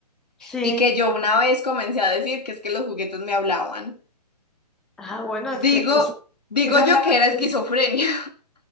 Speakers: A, in the centre; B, on the left.
A: Sí.
B: Y que yo una vez comencé a decir que es que los juguetes me hablaban.
A: Ah, bueno,
B: Digo,
A: es que os,
B: digo
A: es hablar
B: yo que era esquizofrenia.
A: así.